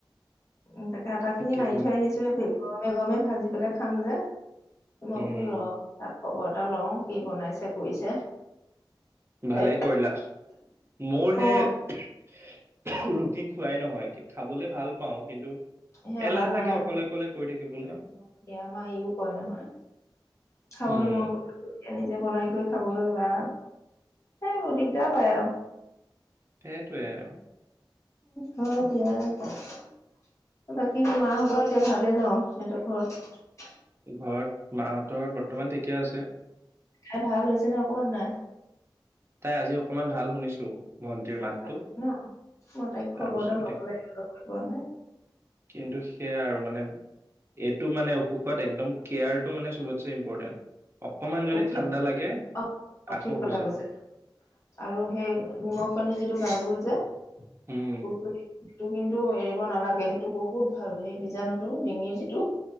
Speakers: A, on the left; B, on the right.
A: উ তাকে আটা খিনি
B: ঠিকে
A: মাৰি থৈ আহিছো গৰমে গৰমে ভাজি পেলাই খাম যে, মই
B: উম
A: কলো ৰ খবৰ এটা লওঁ কি বনাইছে কৰিছে।
B: ভালেই
A: এ
B: কৰিলা মোৰ সেই
A: অ
B: ৰুটি খোৱাই নহয় খাবলৈ ভাল পাওঁ কিন্তু
A: সে
B: এলাহ
A: বনোৱাই
B: লাগে
A: এতিয়া
B: অকলে অকলে কৰি থাকিবলৈ।
A: আমাৰ ইও কয় নহয় খাবলৈ
B: উম,
A: মন কৰ এতিয়া নিজে বনাই কৰি খাবল, বা সেইবোৰ দিগদাৰ পায় আৰু
B: সেইটোৱে আৰু।
A: হয় দিয়া। বাকী মাহঁতৰ- এতিয়া ভালেই ন সিহঁতৰ ঘৰত?
B: ঘৰত মাহঁতৰ বৰ্তমান ঠিকে আছে।
A: তাই ভাল হৈছে নে অকমান নাই?
B: তাই আজি অকমান ভাল শুনিছোঁ। ভণ্টিৰ
A: ভাল
B: মাতটো।
A: পাইছে ন মই তাইক
B: তাৰপিছত
A: খবৰ এটা
B: এতিয়া
A: ল'ব লাগিব পোৱা নাই।
B: কিন্তু সেয়া আৰু মানে এইটো মানে অসুখত একদম কেয়াৰটো মানে চবতছে ইম্পৰ্টেণ্ট। অকমান যদি
A: এ ঠিক
B: ঠাণ্ডা লাগে
A: অ',
B: আকৌ
A: ঠিক কথা
B: হৈ যাব।
A: কৈছে আৰু সেই নিমখ পানীৰ যিটো গাৰ্গল যে
B: উম,
A: <unintelligible> সেইটো কিন্তু এৰিব নালাগে সেইটো বহুত ভাল সেই বীজাণুটো ডিঙিৰ যিটো